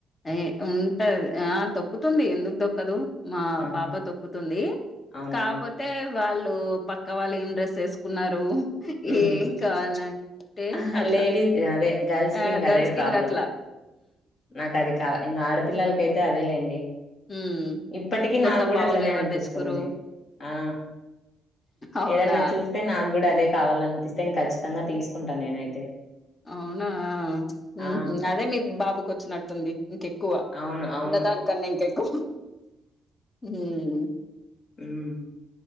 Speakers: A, on the left (about 30°); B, on the left (about 55°).
A: ఏ ఉంటది ఆ తొక్కుతుంది ఎందుకు దొక్కదు మా
B: ఆహా!
A: పాప తొక్కుతుంది
B: అవునా?
A: కాపోతే వాళ్ళు పక్క వాళ్ళు ఏం డ్రెస్స్ వేసుకున్నారు
B: హుహు.
A: ఏం కావాలం టే
B: అహా!
A: అట్లా
B: లేడీ అదే గర్ల్స్‌కింకదే
A: ఆ గర్ల్స్ కి
B: ప్రాబ్లమ్.
A: ఇంగ అట్లా
B: నాకది కా ఇంగ ఆడపిల్లలకి అయితే అదేలేండి
A: ఉమ్
B: ఇప్పటికీ
A: కొత్త
B: నాక్కూడా
A: పావులు
B: అట్లనే
A: ఎవరు
B: అనిపిస్తుంది
A: తెచ్చుకురు
B: ఆ
A: అవునా
B: ఏదన్నా చూస్తే నాక్కూడా అదే కావాల అనిపిస్తే ఇం ఖచ్చితంగా తీసుకుంటా నేనైతే
A: అవునా ఉమ్
B: ఆ!
A: హు అదే మీకు బాబు కొచ్చినట్టుంది ఇంకెక్కువ
B: అవును. అవును.
A: ఉన్న దానికన్నా ఇంకెక్కువ ఉ హుమ్
B: ఉమ్